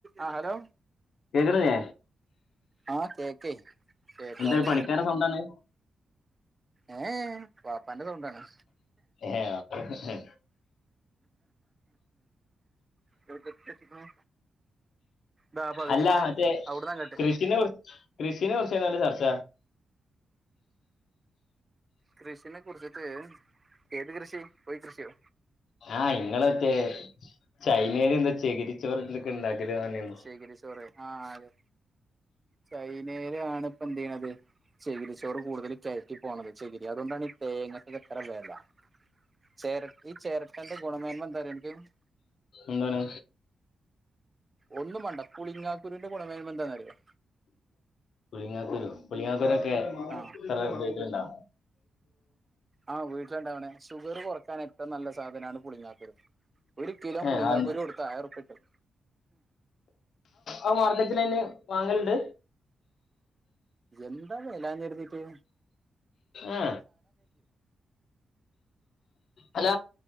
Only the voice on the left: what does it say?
കേക്കണില്ലേ
എന്താണ് പണിക്കാരെ സൗണ്ടാണ്
ഏഹ് വാപാണ്ടലെ
അല്ല മറ്റേ
കൃഷിനെ കുറി കൃഷിനെ കുറിചേര്ന്നല്ലോ ചർച്ച
ആഹ് ഇങ്ങള് മറ്റേ ചൈനൽ എന്താ ചേകിരിചോറൊന്തൊക്കെ ഇണ്ടാക്കല് പറഞീരുന്നു
എന്താണ്
പുളിങ്ങാക്കൂരു പുളിങ്ങാാക്കൂരൊക്കെ
അത് ഉപയോഗിക്കല് ണ്ടാ
ഏ
ആ-
ആ മാർക്കറ്റ്ല് അയ്‌ന് വാങ്ങല്ണ്ട്
ഏ അല്ല